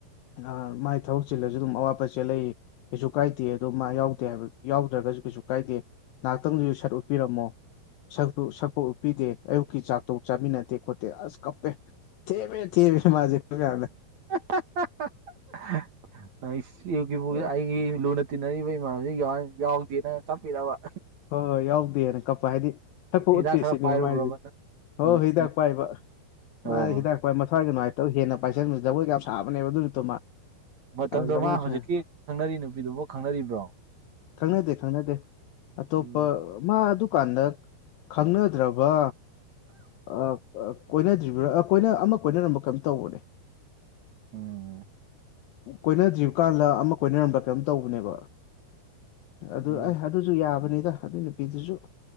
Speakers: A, on the left (about 80°); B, on the right (about 50°).
A: ꯑ ꯃꯥꯏ ꯊꯕꯛ ꯆꯤꯜꯂꯁꯨ ꯑꯗꯨꯝ ꯑꯋꯥꯠꯄ ꯆꯦꯜꯂꯛꯏ ꯀꯩꯁꯨ ꯀꯥꯏꯗꯦ ꯑꯗꯣ ꯃꯥ ꯌꯥꯎꯗꯦ ꯍꯥꯏꯕ ꯌꯥꯎꯗ꯭ꯔꯒꯁꯨ ꯀꯩꯁꯨ ꯀꯥꯏꯗꯦ ꯉꯍꯥꯛꯇꯪꯗꯁꯨ ꯁꯛ ꯎꯠꯄꯤꯔꯝꯃꯣ ꯁꯛꯇꯨ ꯁꯛꯐꯧ ꯎꯠꯄꯤꯗꯦ ꯑꯌꯨꯛꯀꯤ ꯆꯥꯛꯇꯣꯣ ꯆꯥꯃꯤꯟꯅꯗꯦ ꯈꯣꯠꯇꯦ ꯑꯁ ꯀꯞꯄꯦ ꯊꯦꯝꯃꯦ ꯊꯦꯝꯃꯦ ꯃꯥꯖꯦ ꯑꯩꯈꯣꯢ ꯃꯌꯥꯝꯅ
B: ꯑꯩꯁ <unintelligible>
A: ꯍꯣꯏ
B: ꯑꯩꯒꯤ ꯂꯨꯅ ꯇꯤꯟꯅꯔꯤꯕ ꯏꯃꯥꯟꯅꯕꯁꯤꯡ <unintelligible> ꯌꯥꯎꯗꯦꯅ ꯀꯥꯞꯄꯤꯔꯕ
A: ꯍꯣꯏ ꯍꯣꯏ ꯌꯥꯎꯗꯦꯅ ꯀꯞꯄ ꯍꯥꯏꯗꯤ ꯁꯛꯄꯧ
B: ꯍꯤꯗꯥꯛ
A: ꯎꯠꯇꯦ
B: ꯈꯔ
A: ꯁꯤꯅꯦꯕ
B: ꯄꯥꯏꯔꯨꯕ꯭ꯔꯕ
A: ꯃꯥ ꯍꯥꯢꯖꯤ
B: ꯅꯪ
A: ꯍꯣ
B: ꯅꯨꯃꯤꯠ
A: ꯍꯤꯗꯥꯛ
B: ꯅꯨꯃꯤꯠ
A: ꯄꯥꯏꯕ
B: ꯑꯣ
A: ꯃꯥ ꯍꯤꯗꯥꯛ ꯄꯥꯏ ꯃꯊ꯭ꯋꯥꯏꯒ ꯅꯨꯡꯉꯥꯢ ꯇꯧ ꯍꯦꯟꯅ ꯄꯥꯏꯁꯟꯕꯗ ꯖꯒꯣꯢꯒ ꯌꯥꯝ ꯁꯥꯕꯅꯦꯕ ꯑꯗꯨ ꯅꯨꯃꯤꯠꯇꯣ ꯃꯥ
B: ꯃꯇꯝꯗꯣ
A: ꯖꯒꯣꯏ
B: ꯃꯥ ꯍꯧꯖꯤꯛꯀꯤ
A: ꯁꯥ
B: ꯈꯪꯅꯔꯤ ꯅꯨꯄꯤꯗꯨꯕꯨ ꯈꯪꯅꯔꯤꯕ꯭ꯔꯣ
A: ꯈꯪꯅꯗꯦ ꯈꯪꯅꯗꯦ ꯑꯇꯣꯞꯄ
B: ꯎꯝ
A: ꯃꯥ ꯑꯗꯨꯀꯥꯟꯗ ꯈꯪꯅꯗ꯭ꯔꯕ ꯑ ꯑ ꯀꯣꯏꯅꯗ꯭ꯔꯤꯕ꯭ꯔꯥ ꯑ ꯀꯣꯏꯅ ꯑꯃ ꯀꯣꯢꯅꯔꯝꯕ꯭ꯔ ꯀꯩꯝ ꯇꯧꯕꯅꯦ
B: ꯎꯝ
A: ꯀꯣꯏꯅꯗ꯭ꯔꯤ ꯀꯥꯟꯂ ꯑꯃ ꯀꯣꯏꯅꯔꯝꯕ꯭ꯔ ꯀꯩꯅꯣꯝ ꯇꯧꯕꯅꯦꯕ ꯑꯗꯨ
B: ꯎꯝ
A: ꯑꯦ ꯑꯗꯨꯖꯨ ꯌꯥꯕꯅꯤꯗ ꯑꯗꯨꯏ ꯅꯨꯄꯤꯗꯨꯖꯨ